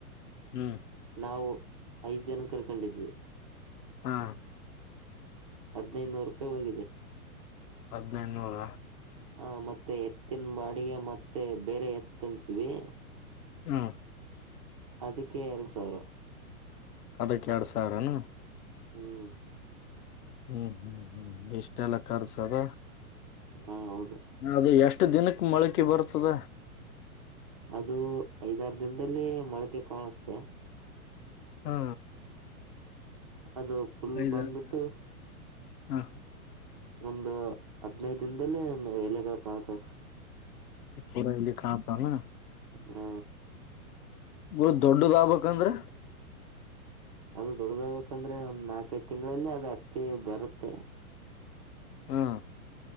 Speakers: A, on the left; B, on the right.
A: ಹ್ಮ್
B: ನಾವು ಐದ್ ಜನ ಕರ್ಕೊಂಡಿದ್ವಿ
A: ಹಾ
B: ಹದಿನೈದುನೂರು ರೂಪಾಯಿ ಹೋಗಿದೆ
A: ಹದಿನೈನೂರ
B: ಹ ಮತ್ತೆ ಎತ್ತಿನ ಬ ಅಡಿಗೆ ಮತ್ತೆ ಬೇರೆ ಎತ್ತ ಅಂತೀವಿ
A: ಹಾ
B: ಅದಕ್ಕೆ ಎರಡ್ ಸಾವಿರ
A: ಅದಕ್ಕೆ ಎರಡ್ ಸಾವಿರನಾ
B: ಹ್ಮ್
A: ಹ್ಮ್ ಹ್ಮ್ ಹ್ಮ್ ಎಷ್ಟ ಎಲ್ಲ ಕರ್ಸದ
B: ಹಾ ಹೌದು
A: ಅದು ಎಷ್ಟು ದಿನಕ್ ಮೊಳಕೆ ಬರ್ತದ
B: ಅದು ಐದಾರು ದಿನದಲ್ಲಿ ಮೊಳಕೆ ಕಾಣುತ್ತೆ
A: ಹಾ
B: ಅದು ಫುಲ್
A: <unintelligible>
B: ಬಂದ್ಬಿಟ್ಟು
A: ಹಾ
B: ಒಂದು ಹದ್ನದ ದಿನದಲ್ಲಿ ಎಲೆಗಳ ಕಾಣತವೆ
A: ಪೂರೈಲಿಖಾಂತಲ್ಲ
B: ಹಾ
A: ಬ ದೊಡ್ಡದ ಆಬಬೇಕಕ್ಂದ್ರೆ
B: ಅದು ದೊಡ್ಡದಾಗ್ಬೇಕಂದ್ರೆ ಒಂದ್ ನಾಲ್ಕದ್ ತಿಂಗಳಲ್ಲಿ ಅದ್ ಹತ್ತಿ ಬರುತ್ತೆ
A: ಹಾ